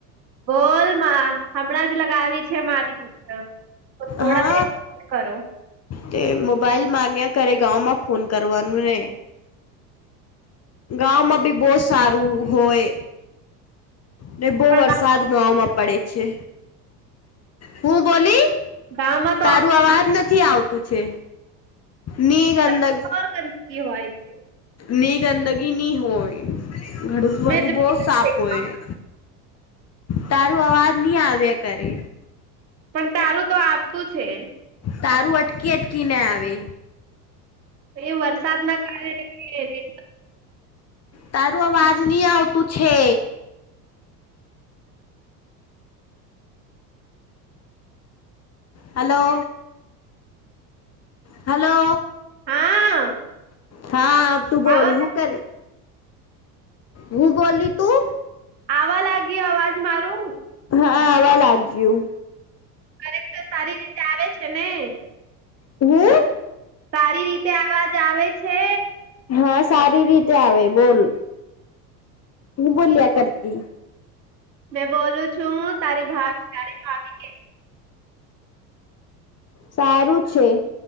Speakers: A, on the right; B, on the left.
A: બોલ હમણાં જ લગાવી છે મારી મિત્ર તો થોડા
B: હા
A: દર કરો.
B: તે મોબાઈલ માગ્યા ઘરે ગાંવમાં ફોન કરવાનું ને ગાંમાં બી બહુ સારું હોય. ને બહ
A: પણ
B: વરસાદ ગાવ પડે છે. હું બોલી?
A: ગાવમાં
B: તારું અવાજ નથી આવતું છે નીઘ અંદર
A: <inaudible>
B: ની ગંદકી નઈ હોય ઘણું બધું
A: મેં જોયું
B: બોવ સારું
A: છે ગામમાં
B: હોય તારું અવાજ નહી આવ્યા કરે.
A: પણ તારું તો આપતું છે.
B: તારું અટકી અટકીને આવે.
A: એ વરસાદના કારણે
B: તારું આવાજ નય આવતું છે. હેલો. હેલો.
A: હા
B: હા તું બોલ
A: આવા
B: હું કરી હું બોલી તું
A: આવવા લાગી અવાજ મારું
B: હા આવા લાગ્યું.
A: દરેક તો સારી રીતે આવે છે ને
B: હું?
A: સારી રીતે અવાજ આવે છે.
B: હા સારી રીતે આવે બોલ. હું બોલ્યા કરતી.
A: મે બોલું છું તારી ભા તારી ભાભી કે
B: સારું છે.